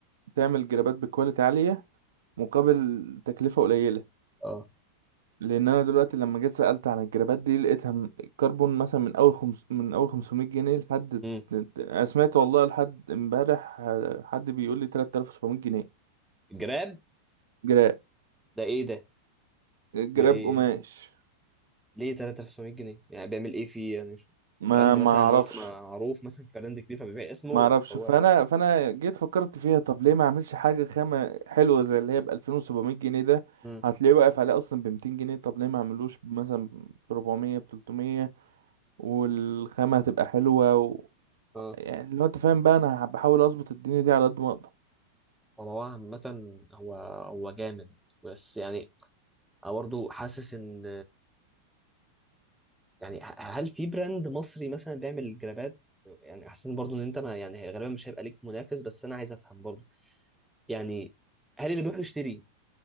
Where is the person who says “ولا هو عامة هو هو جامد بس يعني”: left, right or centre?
Centre